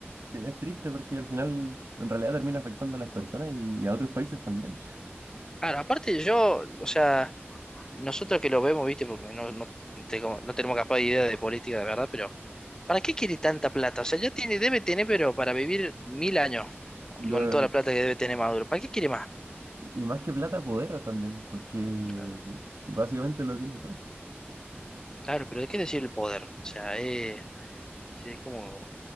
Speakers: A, on the right; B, on the left.
A: Sí, Es triste porque al final en realidad termina afectando a las personas y, y a otros países también.
B: Claro, aparte yo, o sea, nosotros que lo vemos, viste, porque no, no, te- no tenemos capaz de idea de política de verdad, pero ¿Para qué quiere tanta plata? O sea, ya tiene, debe tener, pero para vivir mil años,
A: Lo-
B: con toda la plata que debe tener Maduro. ¿Para qué quiere más?
A: y más que plata, poder también, porque
B: Claro,
A: básicamente lo tiene todo.
B: claro, pero hay que decir el poder. O sea, eh, es como